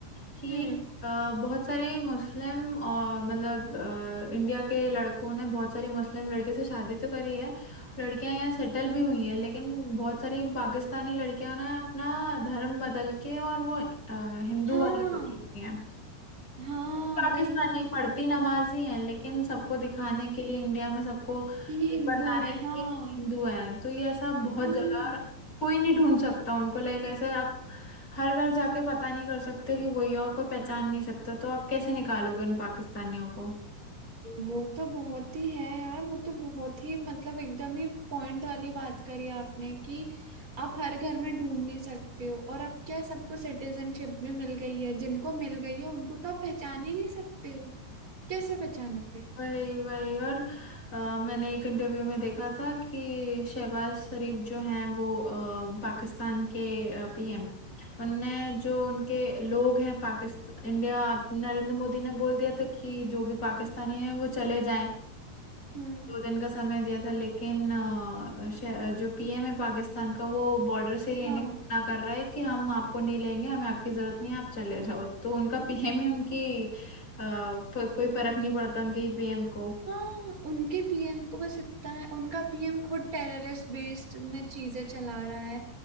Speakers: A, on the left (about 25°); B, on the right (about 25°).
A: कि
B: हम्म
A: अ, बहुत सारे मुस्लिम अ, मतलब अ, इंडिया के लड़कों ने बहुत सारी मुस्लिम लड़के से शादी तो करी है लड़कियां यहाँ सेटल भी हुई हैं लेकिन बहुत सारी पाकिस्तानी लड़कियां ना अपना धर्म बदल के और वो अ, हिंदू
B: हाँ
A: वाली हो चुकी हैं
B: हाँ
A: पाकिस्तानी
B: वही
A: पढ़ती नमाज ही है लेकिन सबको दिखाने के लिए इंडिया में सबको
B: ये हिंदू
A: बताने
B: है
A: के
B: हाँ
A: लिए कि हिंदू है तो ये ऐसा बहुत
B: हम्म
A: जगह है और कोई नहीं ढूंढ सकता उनको लाइक ऐसे आप हर घर जाके पता नहीं कर सकते कि वही है और कोई पहचान नहीं सकता तो आप कैसे निकालोगे उन पाकिस्तानियों को
B: वो तो बहुत ही है यार वो तो बहुत ही मतलब एकदम ही पॉइंट वाली बात करी आपने कि आप हर घर में ढूंढ नहीं सकते हो और अब क्या है, सबको सिटीजनशिप भी मिल गई है जिनको मिल गई है उनको तो आप पहचान ही नहीं सकते हो कैसे पहचानोगे
A: वही वही और अ, मैंने एक इंटरव्यू में देखा था कि शहबाज शरीफ जो हैं वो अ, पाकिस्तान के पीएम उनने जो उनके लोग हैं पाकिस्तान इंडिया नरेंद्र मोदी ने बोल दिया था कि जो भी पाकिस्तानी हैं वो चले जाएं
B: हम्म
A: दो दिन का समय दिया था लेकिन अ, शह- जो पीएम है पाकिस्तान का वो बॉर्डर से ही लेने
B: हाँ
A: को मना कर रहा है कि हम आपको नहीं लेंगे हमें आपकी जरूरत नहीं है आप चले जाओ तो उनका पीएम ही उनकी अ, फ- कोई फर्क नहीं पड़ता उनके ही पीएम को
B: हाँ उनके पीएम को बस इतना है उनका पीएम खुद टेररिस्ट बेस्ड में चीजें चला रहा है